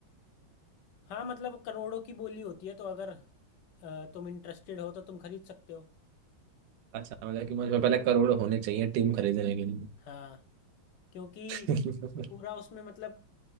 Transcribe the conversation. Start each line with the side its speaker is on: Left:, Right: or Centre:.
Left: हाँ मतलब करोड़ों की बोली होती है तो अगर अ, तुम इंटरेस्टेड हो तो तुम खरीद सकते हो
Right: अच्छा मतलब कि मुझे पहले करोड़ होने चाहिए टीम खरीदने के लिए
Left: हाँ क्योंकि
Right: <laughs>
Left: पूरा उसमें मतलब